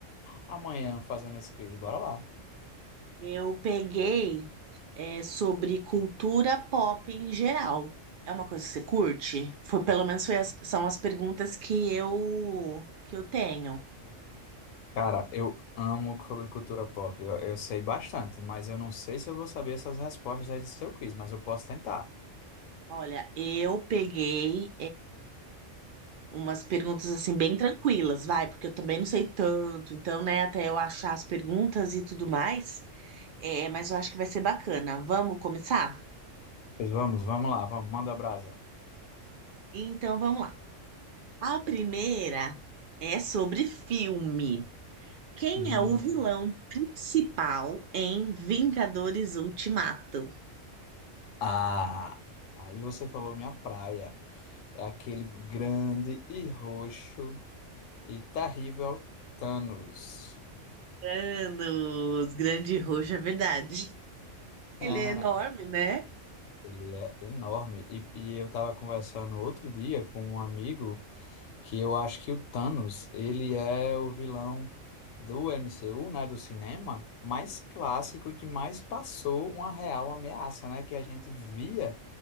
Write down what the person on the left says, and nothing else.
amanhã fazendo esse quiz. Bora lá.
Cara, eu amo sobre cultura pop. Eu, eu sei bastante, mas eu não sei se eu vou saber essas respostas aí do seu quiz, mas eu posso tentar.
Pois vamos, vamos lá, vamos, manda brasa.
Hum.
Ah, aí você falou minha praia. É aquele grande e roxo e terrível Thanos.
<laughs>
Ele é enorme. E, e eu estava conversando outro dia com um amigo. que eu acho que o Thanos, ele é o vilão do MCU, né, do cinema, mais clássico e que mais passou uma real ameaça, né, que a gente via